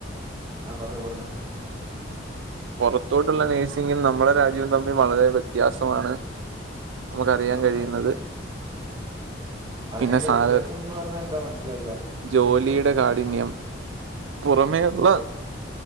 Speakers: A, on the right; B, on the right.
A: ആഹ് പറഞ്ഞോ പറഞ്ഞോ.
B: പുറത്തോട്ടുള്ള നേഴ്സിങ്ങും നമ്മുടെ രാജ്യവും തമ്മിൽ വളരെ വ്യത്യാസമാണ്. നമ്മുക്ക് അറിയാൻ
A: ആ
B: കഴിയുന്നത്.
A: ആ ആ
B: പിന്നെ
A: എന്റെ
B: സാലറി
A: വ്യത്യാസം എന്ന് പറഞ്ഞാൽ എന്താ മനസ്സിലായില്ല?
B: ജോലിയുടെ കാഠിന്യം പുറമേയുള്ള
A: ഓക്കെ